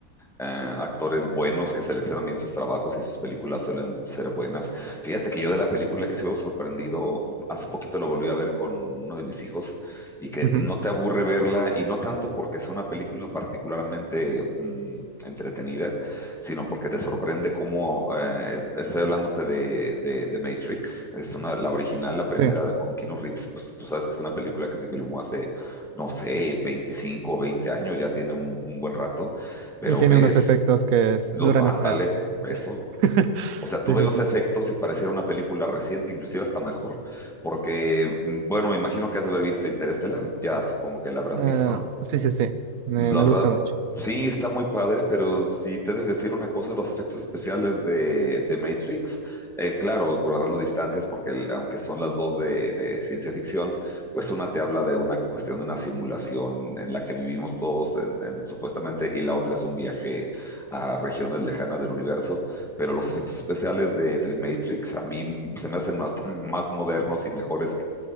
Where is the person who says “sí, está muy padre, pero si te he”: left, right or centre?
Centre